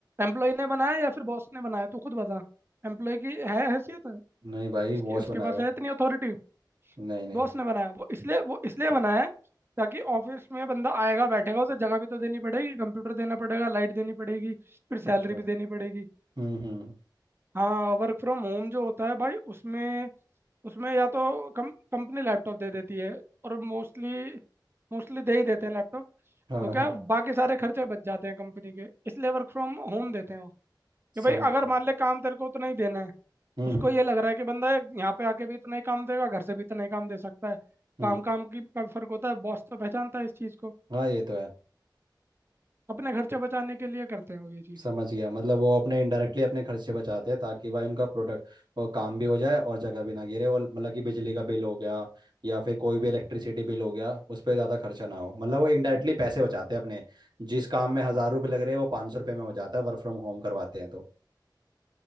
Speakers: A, on the right; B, on the right.
A: एम्प्लॉय ने बनाया या फिर बॉस ने बनाया तू खुद बता एम्प्लॉय की है हैसियत
B: नहीं भाई
A: उसकी
B: बॉस
A: उसके
B: बनाएगा
A: पास है इतनी अथॉरिटी
B: नहीं नहीं
A: बॉस ने बनाया वो इसलिए वो इसलिए बनाया है ताकि ऑफिस में बंदा आएगा बैठेगा उसे जगह भी तो देनी पड़ेगी कंप्यूटर देना पड़ेगा लाइट देनी पड़ेगी फिर सैलरी
B: अच्छा
A: भी देनी पड़ेगी
B: हम्म हम्म
A: हाँ वर्क फ्रॉम होम जो होता है भाई उसमें उसमें या तो कम कंपनी लैपटॉप दे देती है और मोस्टली मोस्टली दे ही देते हैं लैपटॉप
B: हाँ
A: तो क्या
B: हाँ
A: बाकी सारे खर्चे बच जाते हैं कंपनी के इसलिए वर्क फ्रॉम होम देते हैं वो कि
B: समझ
A: भाई अगर
B: गया
A: मान ले काम तेरे को उतना ही देना है
B: हम्म
A: उसको
B: हम्म
A: ये लग रहा है कि बंदा यहाँ पे आके भी इतना ही काम देगा घर से भी इतना ही काम दे सकता है
B: हम्म
A: काम काम की का भी फर्क होता है बॉस तो पहचानता है इस चीज़ को
B: हाँ ये तो है
A: अपने खर्चे बचाने के लिए करते हैं वो ये चीज़
B: समझ गया मतलब वो अपने इनडायरेक्टली अपने खर्चे बचाते हैं ताकि भाई उनका प्रोडक्ट वो काम भी हो जाए और जगह भी ना गिरे और मतलब कि बिजली का बिल हो गया या फिर कोई भी इलेक्ट्रिसिटी बिल हो गया उस पर ज़्यादा खर्चा ना हो मतलब वो इनडायरेक्टली पैसे बचाते हैं अपने जिस काम में हज़ार रुपये लग रहे हैं वो पाँच सौ रुपये में हो जाता है वर्क फ्रॉम होम करवाते हैं तो